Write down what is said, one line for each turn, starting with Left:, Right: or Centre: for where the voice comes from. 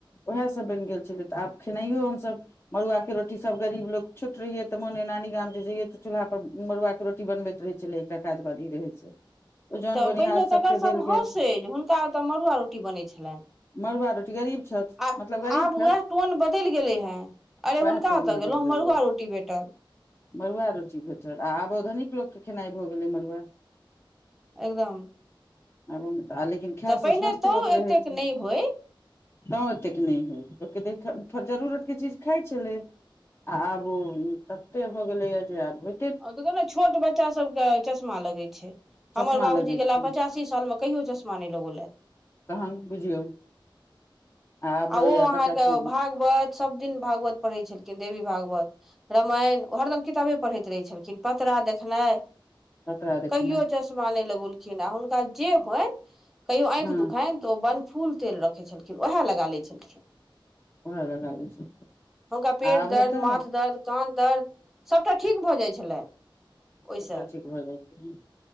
Left: उएह सभ बनि गेल छलै तऽ आब खेनाइयो हमसभ मड़ुआके के रोटी सब गरीब लोग छोट रहिये तऽ मोने नानी गाम जे जइये तऽ चूलहा पर मड़ुआ के रोटी बनेत रहै छलै। एकटा काज बाली रहै छै। ओ जौन
Centre: तऽ
Left: बोनिहार
Centre: पहिने
Left: सबके
Centre: तऽ अगर सभ
Left: देल गेल
Centre: हँसे जे हुनका ओतय मड़ुआ रोटी बनैत छलनि
Left: मड़ुआ रोटी गरीब छथि
Centre: आ
Left: मतलब गरीब
Centre: आब
Left: छथि
Centre: उएह टोन बदलि गेलै हे अरे
Left: वएह
Centre: हुनका
Left: टोन
Centre: तऽ
Left: बदलि
Centre: गेलहुँ
Left: गेलैए
Centre: मड़ुआ रोटी भेटल
Left: मड़ुआ रोटी भेटल आ आबओ धनिक लोकके खेनाइ भऽ गेलै मड़ुआ
Centre: एकदम
Left: आबऽ आ लेकिन खाय
Centre: तऽ
Left: सँ
Centre: पहिने
Left: स्वस्थ
Centre: तो
Left: लोक रहै
Centre: एतेक
Left: छै।
Centre: नहि होय
Left: तँ ओतेक नय होइ लोक केतेक त जरूरत के चीज खाइत छलै आब ओ तते भ गेलेया जे आब हो
Centre: आब देखोने छोट बच्चा सब के चश्मा लगे छै
Left: चश्मा
Centre: हमर बाबूजी
Left: लगै छै
Centre: के पचासी साल में कहियो चश्मा नय लगेलैथ
Left: तहन बुझियौ आब
Centre: आ
Left: होइए
Centre: ओ अहाँके
Left: बच्चाके
Centre: भाग सोवाइत सब दिन भागवत पढ़ै छलखिन देवी भागवत रामायण हरदम किताबे पढ़ैत रहै छलखिन पतरा देखनाइ
Left: खतरा देखेनाइ
Centre: कहो चश्मा चश्मा नय लगलखिन आ हुनका जे होएन कहियो आँख
Left: हँ
Centre: दुख त ओ बन फूल तेल रखे छलखिन ओहा लगा ले छलखिन
Left: उएह लगा लै छै
Centre: हुनका पेट
Left: आब
Centre: दर्द
Left: हेतै
Centre: माथ दर्द कान दर्द सभटा ठीक भऽ जाइ छलैन ओहसँ
Left: सभटा ठीक भऽ जाइ छै